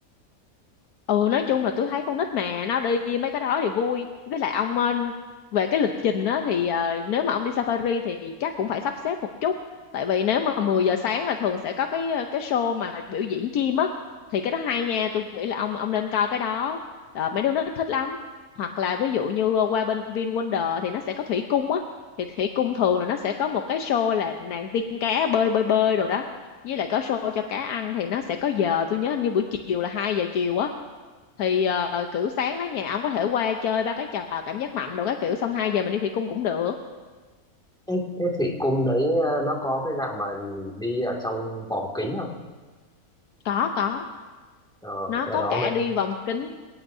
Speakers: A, on the left (about 80°); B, in the centre.
A: ừ nói chung là tôi thấy con nít mà nó đi mấy cái đó thì vui với lại ông ờ, về cái lịch trình á thì ờ, nếu mà ông đi safari thì chắc cũng phải sắp xếp một chút tại vì nếu mà 10 giờ sáng là thường sẽ có cái cái show mà biểu diễn chim á thì cái đó hay nha tôi nghĩ là ông ông nên coi cái đó Ờ, mấy đứa nó thích lắm hoặc là ví dụ như qua bên VinWonder thì nó sẽ có thủy cung á thì thủy cung thường là nó sẽ có một cái show là nàng tiên cá bơi bơi bơi rồi đó với lại có show cho cá ăn thì nó sẽ có giờ tôi nhớ hình như buổi chiều là 2 giờ chiều á thì ờ, kiểu sáng đó nhà ông có thể qua chơi ba cái trò cảm giác mạnh đồ cái kiểu xong 2 giờ mình đi thủy cung cũng được
B: thế, thế thủy cung đấy ờ, nó có cái dạng mà đi ở trong vòm kính không
A: có có
B: ờ,
A: nó
B: cái
A: có
B: đó
A: cả
B: mấy
A: đi vòng kính